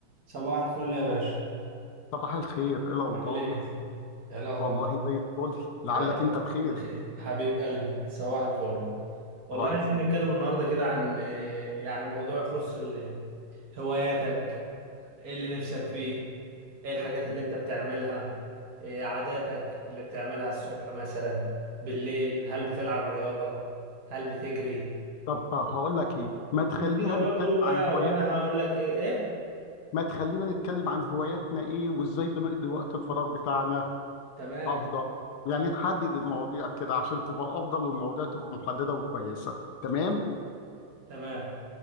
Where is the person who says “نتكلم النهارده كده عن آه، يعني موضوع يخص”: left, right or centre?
Right